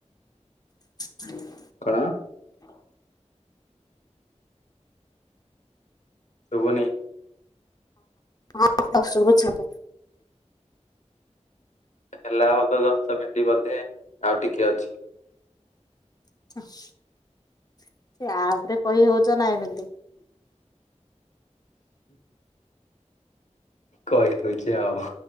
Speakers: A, on the left; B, on the left.
A: <inaudible>
B: କଣ? ଶୁଭୁନି।
A: ହଁ ତ ଶୁଭୁଛି ଏବେ।
B: ହେଲା ହଉ ତ ଦଶ ମିନିଟ ବୋଧେ ଆଉ ଟିକେ ଅଛି।
A: ସେୟା ଉପରେ କହି ହଉଛ ନା ଏମିତି।
B: କହି ଦଉଛେ ଆଉ।